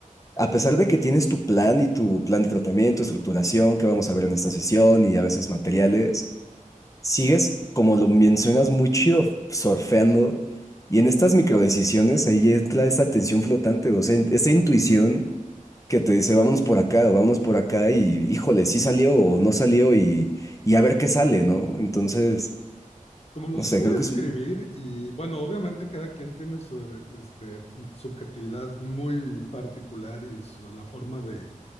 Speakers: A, on the left (about 25°); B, on the left (about 50°).
A: a pesar de que tienes tu plan y tu plan de tratamiento, estructuración, que vamos a ver en esta sesión y a veces materiales, sigues, como lo mencionas, muy chido, surfeando. Y en estas microdecisiones ahí entra esa tensión flotante, o sea, esa intuición que te dice, vámonos por acá o vámonos por acá y híjole, sí salió o no salió y, y a ver qué sale, ¿no? Entonces,
B: Como lo
A: no
B: suelo
A: sé, creo
B: describir,
A: que es un...
B: y bueno, obviamente cada quien tiene su este, subjetividad muy particular y su, la forma de,